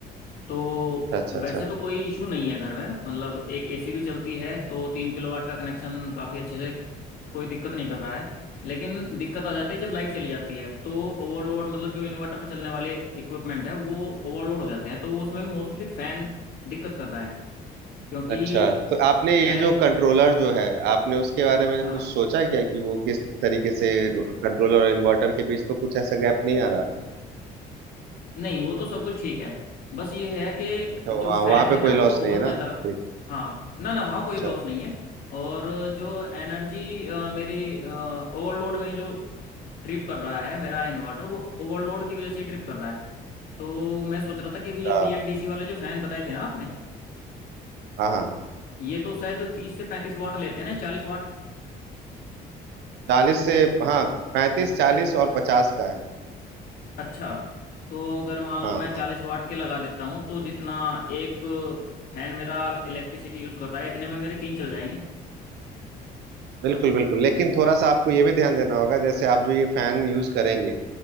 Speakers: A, on the left; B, on the right.
A: तो
B: अच्छा
A: वैसे
B: अच्छा अच्छा
A: तो कोई इशू नहीं है घर में मतलब एक एसी भी चलती है तो तीन किलोवाट का कनेक्शन काफ़ी अच्छे से कोई दिक्कत नहीं कर रहा है लेकिन दिक्कत आ जाती है जब लाइट चली जाती है तो ओवरलोड मतलब जो इन्वर्टर पर चलने वाले इक्विपमेंट है वो ओवरलोड हो जाते हैं तो उसमें भी मोस्टली फैन दिक्कत कर रहा है क्योंकि
B: अच्छा तो आपने ये
A: फैन
B: जो कंट्रोलर जो है आपने उसके बारे में
A: हाँ
B: कुछ सोचा क्या कि वो किस तरीके से कंट्रोलर और इन्वर्टर के बीच तो कुछ ऐसा गैप नहीं आ रहा
A: नहीं वो तो सब कुछ ठीक है बस ये है कि
B: अच्छा वहाँ
A: जो फैन
B: वहाँ पे
A: है
B: कोई
A: ना
B: लॉस
A: वो बहुत
B: नहीं है ना
A: ज़्यादा
B: ठीक
A: हाँ ना ना वहाँ कोई
B: अच्छा
A: लॉस नहीं है और जो एनर्जी मेरी ओवरलोड में जो ट्रिप कर रहा है मेरा इन्वर्टर वो ओवरलोड की वजह से ही ट्रिप कर रहा है तो मैं सोच रहा था कि
B: अच्छा
A: अभी ये BLDC वाले जो फैन बताए थे ना आपने
B: हाँ हाँ
A: ये तो शायद तीस से पैंतीस वाट लेते हैं ना चालीस वाट
B: चालीस से हाँ पैंतीस चालीस और पचास का है
A: अच्छा तो अगर मान लो
B: हाँ
A: मैं चालीस
B: हाँ
A: वाट के लगा देता हूँ तो जितना एक फैन मेरा इलेक्ट्रिसिटी यूज कर रहा है इतने में मेरे तीन चल जाएंगे
B: बिल्कुल बिल्कुल लेकिन थोड़ा सा आपको ये भी ध्यान देना होगा जैसे आप जो ये फैन यूज करेंगे